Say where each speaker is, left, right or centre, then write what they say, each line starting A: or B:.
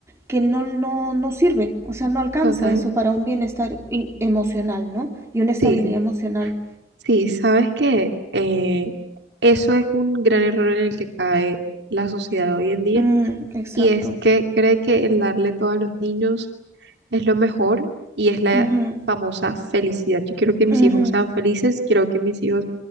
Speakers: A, on the right; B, on the right.
A: que no, no, no sirve, o sea, no alcanza
B: total.
A: eso para un bienestar emocional, ¿no? Y una estabilidad
B: Sí,
A: emocional.
B: sí, sabes que eh, eso es un gran error en el que cae la sociedad hoy en día
A: Mm, exacto.
B: y es que cree que el darle todo a los niños es lo mejor y es la
A: Ujú,
B: famosa felicidad. Yo quiero que mis
A: ujú,
B: hijos sean felices, quiero que mis hijos